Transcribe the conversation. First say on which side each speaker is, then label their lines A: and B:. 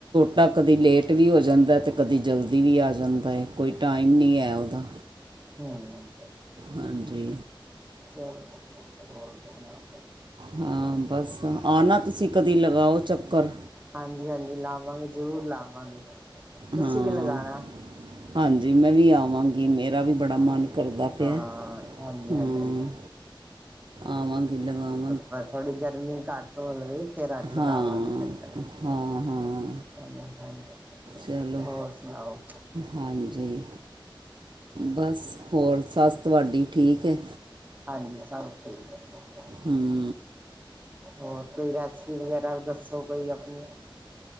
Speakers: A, on the right (about 60°); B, on the right (about 20°).
A: ਤਾ, ਕਦੀ ਲੇਟ ਵੀ ਹੋ ਜਾਂਦਾ, ਤੇ ਕਦੇ ਜਲਦੀ ਵੀ ਆ ਜਾਂਦਾ ਅੇ ਕੋਈ ਟਾਈਮ ਨਹੀਂ ਹੈ ਉਹਦਾ।
B: ਹੂੰ।
A: ਹਾਂਜੀ।
B: ਚਲੋ, ਹੋਰ ਸੁਣਾ?
A: ਹਾਂ ਬਸ ਆਨਾ, ਤੁਸੀਂ ਕਦੀ ਲਗਾਔ ਚੱਕਰ।
B: ਹਾਂਜੀ-ਹਾਂਜੀ, ਲਾਵਾਂਗੇ ਜ਼ਰੂਰ ਲਾਵਾਂਗੇ, ਤੁਸੀਂ
A: ਹਾਂ
B: ਵੀ ਲਗਾਣਾ।
A: ਹਾਂਜੀ, ਮੈਂ ਵੀ ਆਵਾਂਗੀ ਮੇਰਾ ਵੀ ਬੜਾ
B: ਹਾਂ
A: ਮਨ ਕਰਦਾ ਪਿਆ,
B: ਹਾਂ ਹਾਂਜੀ
A: ਹੁੰ,
B: ਹਾਂਜੀ
A: ਆਵਾਂਗੀ ਲਗਾਵਾ-
B: ਪਰ ਥੋੜ੍ਹੀ ਗਰਮੀ ਘੱਟ ਹੋ ਲਵੇ। ਫੇਰ ਆਜ ਲਗਾਵਾਂਗੇ
A: ਹਾਂ
B: ਚੱਕਰ,
A: ਹਾਂ ਹਾਂ
B: ਹਾਂਜੀ।
A: ਚਲੋ
B: ਹੋਰ ਸੁਣਾਓ।
A: ਹਾਂਜੀ, ਬਸ ਹੋਰ ਸੱਸ ਤੁਆਡੀ ਠੀਕ ਏ।
B: ਹਾਂਜੀ, ਸਭ ਠੀਕ।
A: ਹੁੰ।
B: ਹੋਰ, ਕੋਈ ਰੈਸਪੀ ਵਗੈਰਾ ਦੱਸੋ ਕੋਈ ਅਪਣੀ।